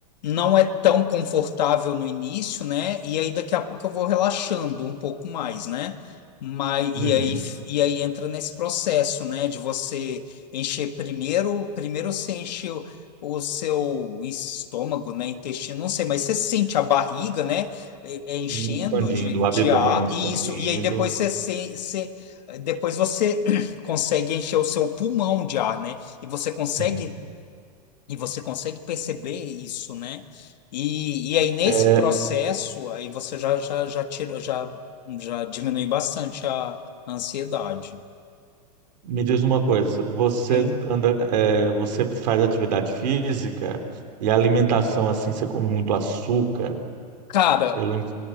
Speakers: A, on the left; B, on the right.
A: não é tão confortável no início, né? E aí daqui a pouco eu vou relaxando um pouco mais, né? Mas
B: Uhum.
A: e aí e aí entra nesse processo, né, de você encher primeiro, primeiro você enche o, o seu estômago, né, intestino, não sei, mas você sente a barriga, né, e- é, enchendo
B: E Expandindo,
A: de,
B: o
A: de
B: abdômen
A: ar
B: expandindo.
A: e isso e aí depois você, se- se- depois você <clears throat> consegue encher o seu pulmão de ar, né? E você consegue
B: Sim.
A: e você consegue perceber isso, né? E, e aí, nesse
B: É,
A: processo, aí você já, já, já tirou, já, já diminui bastante a ansiedade.
B: me diz uma coisa, você
A: Tem,
B: anda, é, você faz atividade física e a alimentação assim, você come muito açúcar.
A: cara,
B: Eu lembro,